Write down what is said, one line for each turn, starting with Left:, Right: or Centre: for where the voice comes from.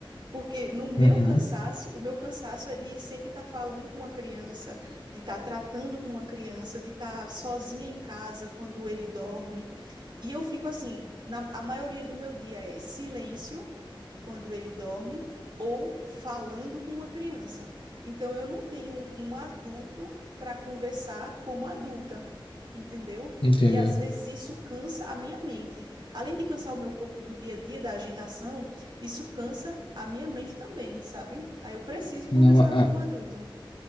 Right: Porque no meu
Left: Uhum,
Right: cansaço, o meu cansaço é de sempre estar falando com uma criança, de estar tratando com uma criança, de estar sozinha em casa quando ele dorme. E eu fico assim, na, a maioria do meu dia é silêncio quando ele dorme ou falando com uma criança. Então eu não tenho um, um adulto para conversar como adulta, entendeu?
Left: entendo.
Right: E às vezes isso cansa a minha mente. Além de cansar o meu corpo do dia a dia da agitação, isso cansa a minha mente também, sabe? Aí eu preciso conversar
Left: Não, a,
Right: com um adulto.